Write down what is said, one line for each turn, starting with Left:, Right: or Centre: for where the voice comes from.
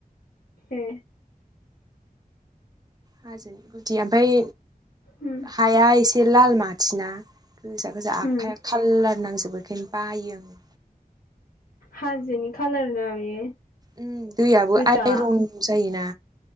Left: ए।
Right: हाजोनि गुदि ओमफाय
Left: उम
Right: हाया एसे लाल माथिना गोजा गोजा आखाइया
Left: उम
Right: खालार नांजोबबो बेखायनो बायो आङो।
Left: हाजोनि खालार ना बे?
Right: ओम दैयाबो
Left: गोजा
Right: आइरन जायोना